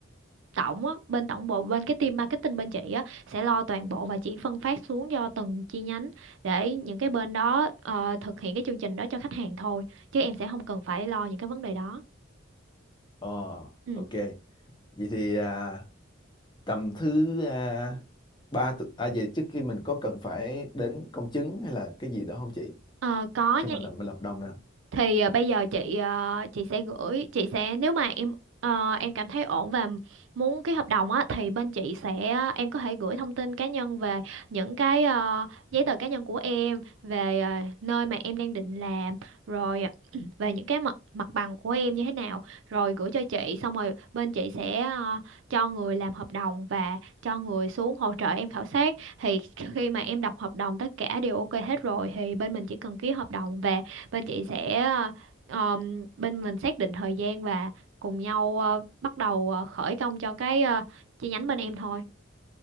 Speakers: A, on the right; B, on the left.
A: tổng á, bên tổng bộ bên cái team marketing bên chị á sẽ lo toàn bộ và chỉ phân phát xuống cho từng chi nhánh để những cái bên đó ờ, thực hiện cái chương trình đó cho khách hàng thôi chứ em sẽ không cần phải lo những cái vấn đề đó
B: ờ
A: ừ.
B: ok vậy thì à, tầm thứ à, ba tu- à vậy trước khi mình có cần phải đến công chứng hay là cái gì đó không chị
A: Ờ, có
B: khi
A: nha
B: mà làm bên hợp đồng nè
A: thì ờ, bây giờ chị ờ, chị sẽ gửi chị sẽ nếu mà em ờ, em cảm thấy ổn và muốn ký hợp đồng á thì bên chị sẽ em có thể gửi thông tin cá nhân về những cái ờ, giấy tờ cá nhân của em về ờ, nơi mà em đang định làm rồi <clears throat> về những cái mặt mặt bằng của em như thế nào rồi gửi cho chị xong rồi bên chị sẽ ờ, cho người làm hợp đồng và cho người xuống hỗ trợ em khảo sát thì khi mà em đọc hợp đồng tất cả đều ok hết rồi thì bên mình chỉ cần ký hợp đồng về bên chị sẽ ờ, bên mình xác định thời gian và cùng nhau ờ, bắt đầu ờ, khởi công cho cái ờ, chi nhánh bên em thôi